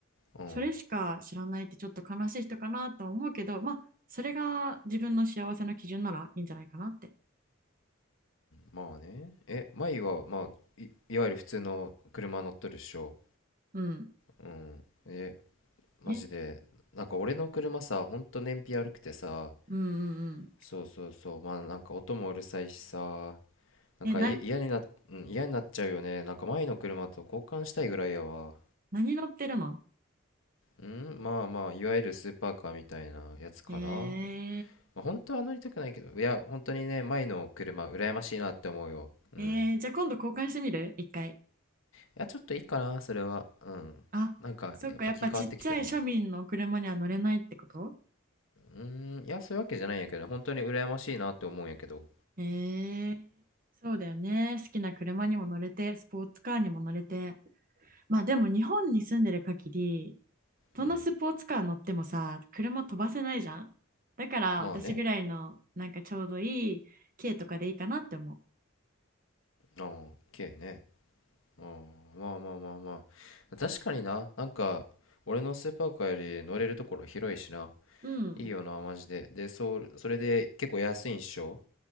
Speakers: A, on the left; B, on the right.
A: うん
B: それしか知らないって、ちょっと悲しい人かなとは思うけど、まあ、それが自分の幸せの基準ならいいんじゃないかなって。
A: まあね。え、マイは、まあ、い、いわゆる普通の車乗っとるっしょ。
B: うん。
A: うん。え、マジで。
B: え
A: なんか俺の車さ、ほんと燃費悪くてさ、
B: うんうん
A: そうそうそう。まあなんか音もうるさいしさ、なんかい嫌にな、
B: え、な、
A: うん嫌になっちゃうよね。なんか前の車と交換したいぐらいやわ。
B: 何乗ってるの
A: うん、まあまあ、いわゆるスーパーカーみたいなやつかな。
B: え
A: まあ、本当は乗りたくないけど、いや、本当にね、前の車、羨ましいなって思うよ。うん。
B: ー、えー、じゃあ今度交換してみる一回。
A: や、ちょっといいかな、それは。うん。
B: あ、
A: なんか、
B: そっか、
A: やっぱ気変わってきたかも。
B: やっぱちっちゃい庶民の車には乗れないってこと
A: うーん、いや、そういうわけじゃないんやけどね、本当に羨ましいなって思うんやけど。
B: えー、そうだよね。好きな車にも乗れて、スポーツカーにも乗れて。まあでも日本に住んでる限り、どんなスポーツカー乗ってもさ、
A: うん。
B: 車飛ばせないじゃん。だから私ぐらいの、
A: まあね。
B: なんかちょうどいい軽とかでいいかなって思う。
A: ああ、綺麗ね。ああ、まあまあまあまあ。確かにな、なんか、俺のスーパーカーより乗れるところ広いしな。
B: うん。
A: いいよな、マジで。で、そう、それで結構安いんっしょ